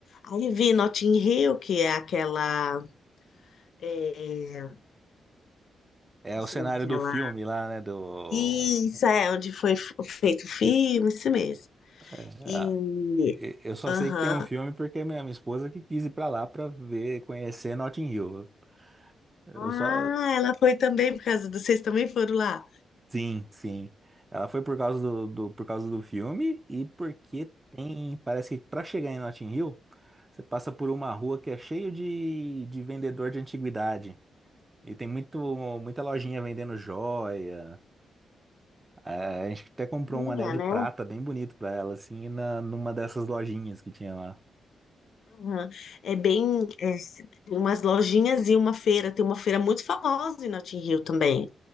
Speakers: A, on the left (about 70°); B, on the right (about 20°).
A: Aí vi Notting Hill, que é aquela. É,
B: É
A: assim,
B: o cenário
A: aquela.
B: do filme lá, né? Do...
A: Isso, é onde foi f- feito o filme, isso mesmo.
B: é,
A: E.
B: eu só
A: Aham.
B: sei que tem um filme porque é minha, minha esposa que quis ir pra lá pra ver, conhecer Notting Hill. Eu
A: Ah,
B: só,
A: ela foi também por causa do. Vocês também foram lá?
B: Sim, sim. Ela foi por causa do, do- por causa do filme e porque tem. Parece que pra chegar em Notting Hill, você passa por uma rua que é cheio de, de vendedor de antiguidade. E tem muito, muita lojinha vendendo joia. É, a gente até comprou
A: minha
B: um anel de
A: né?
B: prata bem bonito pra ela, assim, na, numa dessas lojinhas que tinha lá.
A: Aham. É bem, é, tem umas lojinhas e uma feira, tem uma feira muito famosa em Notting Hill também.